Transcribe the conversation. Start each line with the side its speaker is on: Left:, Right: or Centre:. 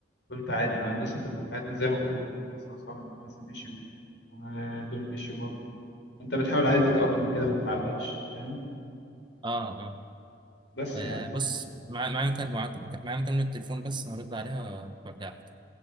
Left: قلت عادي بقى الناس هتبقى في حياتنا زي ما كنت في المدرسه واصحاب المدرسه مشيوا ودول مشيوا برضو انت بتحاول عادي تتاقلم كده ما تتعلقش فاهم
Right: اه اه
Left: بس
Right: آه
Left: يعني
Right: بص معايا معايا مكالمة معايا مكالمة تليفون بس هرد عليها وارجع لك.